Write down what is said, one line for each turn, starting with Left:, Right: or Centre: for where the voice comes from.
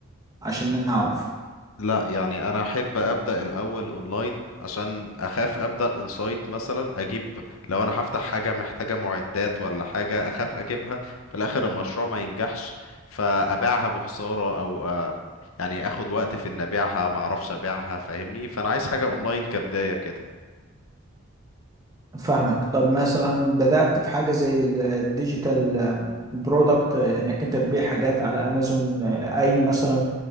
Right: عشان نعرف
Left: لا يعني انا احب ابدا الاول اونلاين عشان اخاف ابدا اون سايت مثلا اجيب لو انا هفتح حاجه محتاجه معدات ولا حاجه اخاف اجيبها في الاخر المشروع ما ينجحش فابيعها بخساره او آه، يعني اخد وقت في ان ابيعها ما اعرفش ابيعها فاهمني فانا عايز حاجه اونلاين كبدايه كده
Right: فاهمك طب مثلا بدأت في حاجة زي ال- الديجيتال برودكت آه، انك انت تبيع حاجات على امازون آه، اي مثلا